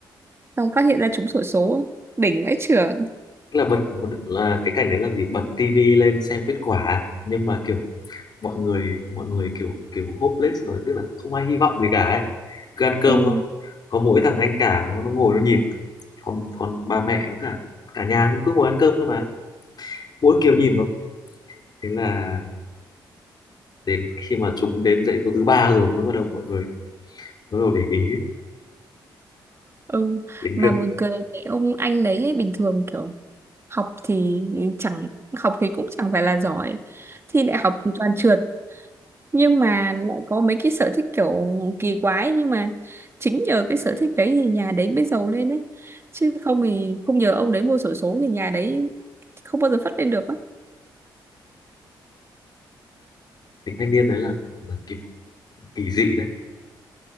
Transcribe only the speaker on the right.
xong phát hiện ra trúng xổ số đỉnh ấy trưởng
ừ
ừ
mà
buồn cười cái ông anh đấy ấy, bình thường kiểu học thì chẳng học thì cũng chẳng phải là giỏi thi đại học thì toàn trượt nhưng mà lại có mấy cái sở thích kiểu kỳ quái nhưng mà chính nhờ cái sở thích đấy thì nhà đấy mới giàu lên đấy chứ không thì không nhờ ông đấy mua xổ số thì nhà đấy không bao giờ phất lên được á